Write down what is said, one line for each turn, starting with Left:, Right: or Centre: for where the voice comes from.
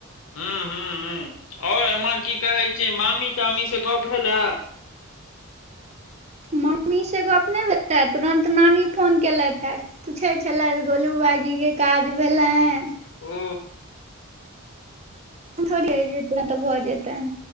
Left: हू ह ह ओर एमहर की कहै छै मामी तामी से गप भेल ए
Right: मम्मीसँ गोप ने भेलै तुरन्त नानी फोन केलथि हेँ पूछे छलथि गोलूबाईजी के काज भेलनि
Left: ओ
Right: थोड़ी जेत तऽ भऽ जेतै